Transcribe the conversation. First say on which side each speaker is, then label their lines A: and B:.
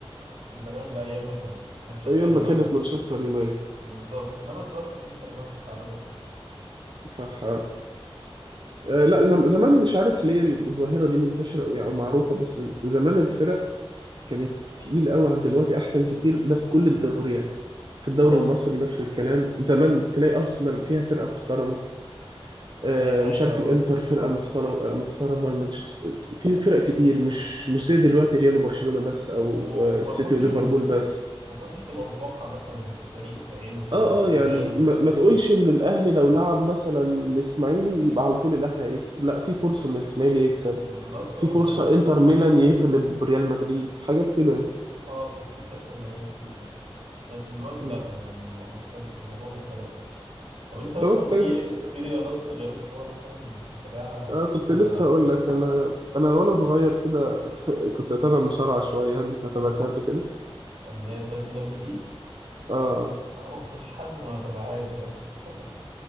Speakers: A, on the right; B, on the right.
A: بس زمان بقى ايام ما كانت مانشستر
B: ايام
A: يونايتد
B: ما كانت مانشستر يونايتد
A: بالظبط انما دلوقتي مانشستر يونايتد تعبانه خالص
B: صح آه آه،
A: اه
B: لا زم زمان مش عارف ليه الظاهرة دي منتشرة يعني او معروفة بس زمان الفرق كانت تقيل قوي عن دلوقتي احسن كتير ده في كل الدوريات في الدوري
A: آه،
B: المصري نفس الكلام زمان تلاقي أرسنال فيها فرقة محترمة آه،
A: دي حقيقه
B: مش عارف
A: اه
B: الانتر فرقة محترمة آه، محترمة مانشستر في فرق كتير مش مش زي دلوقتي ريال وبرشلونة بس أو
A: و-
B: آه،
A: وما
B: السيتي
A: كنتش
B: وليفربول بس
A: ما كنتش تبقى متوقع مثلا ان في فريق بعينه كده
B: اه
A: هي- هياخد
B: اه يعني ما, ما تقولش ان الاهلي لو لعب مثلا الاسماعيلي يبقى على طول الاهلي هيكسب لا في فرصة ان الاسماعيلي يكسب
A: بالظبط اه
B: في
A: والت...
B: فرصة انتر ميلان يغلب ريال مدريد حاجات كده يعني
A: اه كانت دي بتحصل زمان كتير يعني بس دلوقتي
B: مم.
A: لا ما يعني م- مختلف الموضوع مختلف خالص طب انت مثلا
B: طب كنت
A: في
B: عايز أس-
A: في رياضات غير الكوره مثلا بتتابعها او
B: آه كنت
A: بتلعبها
B: لسه هقول لك انا انا وانا صغير كده <laughs> كنت اتابع مصارعه شويه هل انت تابعتها قبل كده
A: اللي هي الدبليو دبليو
B: آه.
A: اه مفيش حد ما تابعهاش يعني <laughs>